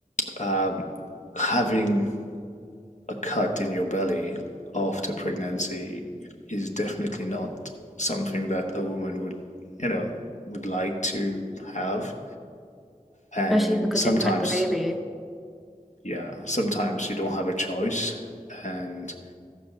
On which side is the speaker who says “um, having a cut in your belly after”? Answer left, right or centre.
Left